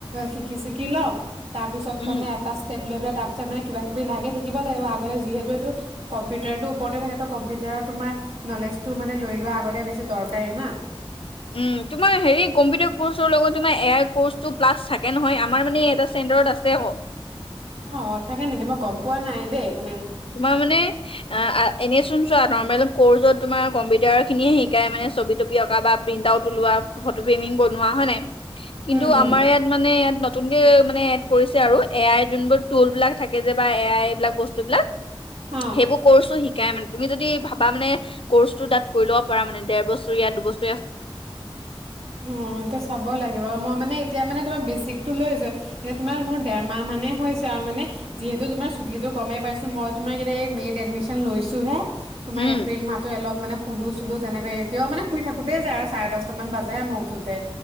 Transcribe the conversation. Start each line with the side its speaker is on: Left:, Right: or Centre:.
Right: শিকি চিকি লওঁ। তাৰপিছত
Left: উম
Right: মানে এটা ষ্টেপ লৈ পেলাই তাৰপিছত মানে কিবা বিলাকে শিকিব লাগিব। যিহেতু এইটো কম্পিউটাৰটোৰ ওপৰতে থাকে ত কম্পিউটাৰত তোমাৰ নলেজটো মানে লৈ লোৱা আগতে বেছি দৰকাৰী না।
Left: উম! তোমাৰ হেৰি কম্পিউটাৰ কৰ্চৰ লগত তোমাৰ এ আই কৰ্চটো প্লাছ থাকে নহয় আমাৰ মানে এটা চেন্টাৰত আছে আকৌ।
Right: অ থাকে নেকি? মই গম পোৱা নাই দেই তেনে
Left: তোমাৰ মানে আহ-আহ এনেইছোন চোৱা নৰ্মেল কৰ্চত তোমাৰ কম্পিউটাৰৰ খিনিয়ে শিকাই মানে ছবি টবি অঁকা বা প্ৰিণ্ট আউট ওলোৱা, ফটো ফ্ৰেমিং বনোৱা, হয় নাই? কিন্তু
Right: উম উম
Left: আমাৰ ইয়াত মানে ইয়াত ন তুনকে মানে এড কৰিছে আৰু এ আই যোনবোৰ টুল বিলাক থাকে যে বা এ আই এইবিলাক বস্তু বিলাক। সেইবোৰ
Right: অ'।
Left: কৰ্চও শি কাই মানে। তুমি যদি ভাব বা মানে কৰ্চটো তাত কৰি ল'ব পৰাৰ মানে দেৰ বছৰীয়া দুবচৰিয়া
Right: অ এতিয়া চাব লাগিব মই মানে এতিয়া মানে তোমাৰ বেচিকটো লৈছোঁ, এইয়া তোমাৰ মোৰ ডেৰমাহ মানেই হৈছে আৰু মানে যিহেতু তোমাৰ ছুটীটো গমেই পাইছোঁ মই তোমাক এতিয়া এই মে' ত এডমিশ্যন লৈছোঁহে। তোমাৰ
Left: উম
Right: এপ্ৰিল মাহটো অলপ মানে শুলো চুলো যেনেকৈ এতিয়াও মানে শুই থাকোঁতে যাই আৰু চাৰে দশটামান বাজে মই উঠোতে।